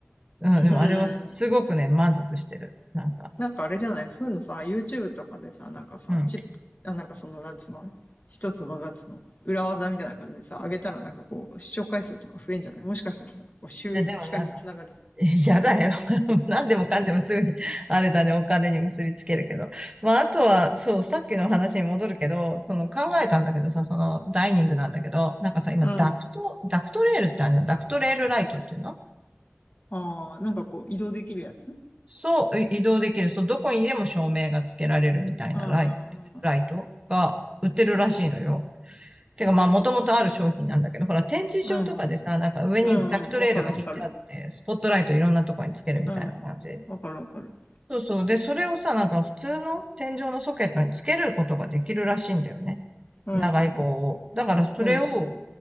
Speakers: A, on the right; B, on the left.
A: うん、
B: うん。
A: でもあれはすごくね、
B: うん
A: 満足してる。なんか、
B: なんかあれじゃないそういうのさ、YouTube とかでさ、なんかさ、
A: うん。
B: チップ、あ、なんかその、なんつうの一つの、なんつうの裏技みたいな感じでさ、上げたらなんかこう、視聴回数とか増えんじゃないもしかしたらなんかこう、収益化につながる。
A: で、でもなんか、えやだよ。<laughs> 何でもかんでもすぐに、あれだね、お金に結びつけるけど。まあ、あとは、そう、さっきの話に戻るけど、その考えたんだけどさ、そのダイニングなんだけど、なんかさ、今、
B: うん。
A: ダクト、ダクトレールってあるじゃん。ダクトレールライトっていうの
B: ああ、なんかこう、移動できるやつ
A: そう、い移動できる。そう、どこにでも照明がつけられるみたいなライ、
B: ああ
A: ライトが売ってるらしいのよ。てか、まあ、もともとある商品なんだけど、ほら、展示場とかでさ、
B: うんうんうん。
A: なんか上にダクトレールが引いてあって、
B: うんうん。うんうん。わかるわかる。
A: スポットライトいろんなとこにつけるみたいな感じ。
B: うん。わかるわかる。
A: そうそう。で、それをさ、なんか普通の天井のソケットにつけることができるらしいんだよね。
B: うん、
A: 長い棒を。
B: うん、
A: だから、それを
B: うん、